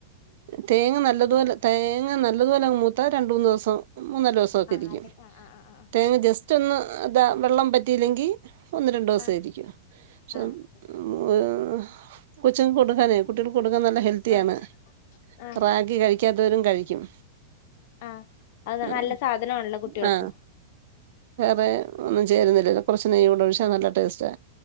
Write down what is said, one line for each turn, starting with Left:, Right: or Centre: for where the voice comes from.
Right: തേങ്ങ നല്ലത് പോലെ തേങ്ങ നല്ലത് പോലെ മൂത്ത രണ്ട മൂന്ന് ദിവസം മൂന്നര ദിവസൊക്കെ
Left: ആഹ്
Right: ഇരിക്കും
Left: അല്ലെ ആഹ് ആഹ് ആഹ്
Right: തേങ്ങ ജസ്റ്റ് ഒന്ന് അതാ വെള്ളം പറ്റില്ലെങ്കി ഒന്ന് രണ്ട്
Left: ആഹ് ആഹ്
Right: സയിരിക്കും ക്ഷെ
Left: ആഹ്
Right: <unintelligible>
Left: ഓക്കെ
Right: കൊച്ചിന് കൊടുക്കാനേ കുട്ട കൊട്ക്കാൻ നല്ല ഹെൽത്തിയാണ്
Left: ആഹ് ആഹ്
Right: റാഗി കഴിക്കാ രും കഴിക്കും
Left: ആഹ് അത്
Right: അ
Left: നല്ല സാധനമാണല്ലോ കുട്ടികൾക്ക്
Right: ആ വേറെ ഒന്നും ചേരുന്നില്ല കോറച്ച് നെയ്യും കൂടെ ഒഴിച്ചാ നല്ല ടേസ്റ്റാ